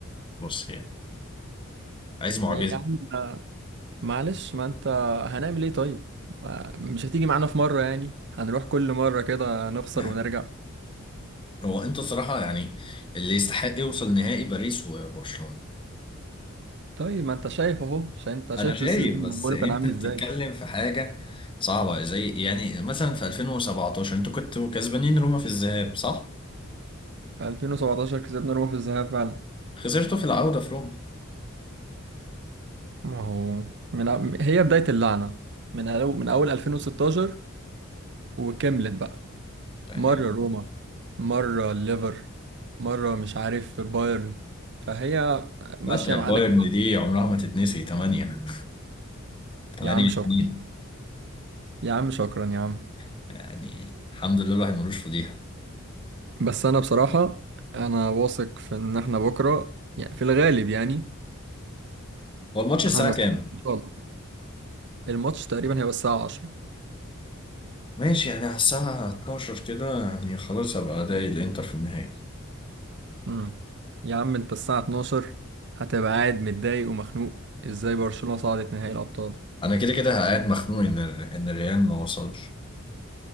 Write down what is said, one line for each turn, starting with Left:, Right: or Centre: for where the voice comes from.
Left: بص يعني عايز معجزة
Right: يا عم معلش ما انت هنعمل ايه طيب ما- مش هتيجي معانا في مرة يعني هنروح كل مرة كده نخسر
Left: <clears throat>
Right: ونرجع
Left: <laughs> هو انت صراحة يعني اللي يستحق يوصل نهائي باريس وبرشلونة
Right: طيب ما انت شايف اهو عشان انت شايف
Left: انا شايف
Right: السيزون
Left: بس
Right: اللي بقوله
Left: انت
Right: كان عامل
Left: بتتكلم
Right: ازاي
Left: في حاجه صعبه زي يعني مثلا في 2017 انتوا كنتوا كسبانين روما في الذهاب صح
Right: في 2017 كسبنا روما في الذهاب فعلا
Left: خسرتوا في العوده في روما
Right: ما هو من هي بداية اللعنة من أو- من
Left: يعني
Right: أول 2016 وكملت بقى
Left: يعني
Right: مرة روما مرة الليفر مرة مش عارف بايرن فهي ماشية
Left: لا بتاع بايرن
Right: معانا كده
Left: دي عمرها ما تتنسي 8 8
Right: يا عم شكرا
Left: 2
Right: يا عم شكرا يا عم
Left: <laughs> يعني الحمد لله الواحد ملوش فضيحه
Right: بس أنا بصراحة أنا واثق في إن إحنا بكرة يعني في الغالب يعني
Left: هو الماتش الساعه
Right: هنصر
Left: كام
Right: إن شاء الله الماتش تقريبا هيبقى الساعة 10
Left: ماشي يعني على الساعه 12 كده يعني خلاص هبقى ادعي الانتر في النهائي
Right: مم. يا عم انت الساعة 12 هتبقى قاعد متضايق ومخنوق ازاي برشلونة صعدت نهائي الأبطال
Left: انا كده كده قاعد مخنوق ان ال- ان الريال ما وصلش